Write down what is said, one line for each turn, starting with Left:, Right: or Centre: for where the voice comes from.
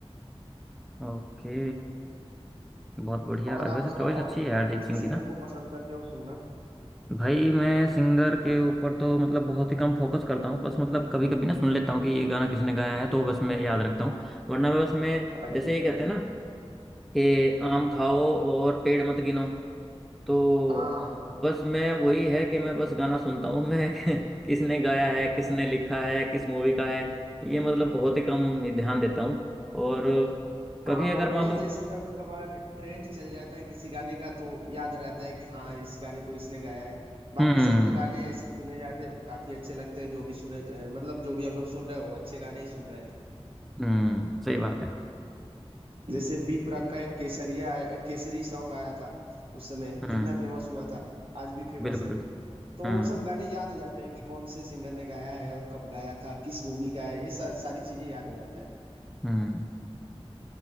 Centre: ओके बहुत बढ़िया
Right: और
Centre: और
Right: आप
Centre: वैसे
Right: बताओ
Centre: चॉइस अच्छी
Right: और
Centre: है यार
Right: कौन
Centre: अरिजीत
Right: से
Centre: सिंह
Right: सिंगर
Centre: की ना
Right: को पसंद करते हो सुनना
Centre: भाई मैं सिंगर के ऊपर तो मतलब बहुत ही कम फोकस करता हूँ बस मतलब कभी कभी ना सुन लेता हूँ कि ये गाना किसने गाया है तो बस मैं याद रखता हूँ वरना मैं बस मैं
Right: अच्छा
Centre: जैसे ये कहते हैं ना कि आम खाओ और पेड़ मत गिनो तो
Right: हाँ हाँ हाँ
Centre: बस मैं वही है कि मैं बस गाना सुनता हूँ मैं <laughs> किसने गाया है किसने लिखा है किस मूवी का है ये मतलब बहुत ही कम ध्यान देता हूँ और
Right: हाँ
Centre: कभी अगर
Right: वही
Centre: मान लो
Right: जैसे कभी कभार ट्रेंड चल जाता है किसी गाने का तो याद रहता है कि हाँ इस गाने को इसने गाया है बाकी
Centre: हम्म
Right: सब तो गाने ऐसे सुने जाते हैं काफी अच्छे लगते हैं जो भी सुने अ, मतलब जो भी हम लोग सुन रहे हैं वो अच्छे गाने ही सुन रहे हैं
Centre: हम्म सही बात है
Right: जैसे बी प्राक का एक केसरिया एक केसरी सॉन्ग आया था उस समय
Centre: हम्म
Right: कितना फेमस हुआ था आज भी फेमस
Centre: बिल्कुल
Right: है
Centre: बिल्कुल
Right: तो
Centre: हम्म
Right: वो सब गाने याद हो जाते हैं कि कौन से सिंगर ने गाया है और कब गाया था किस मूवी का है ये सा, सारी चीजें याद हो जाता है
Centre: हम्म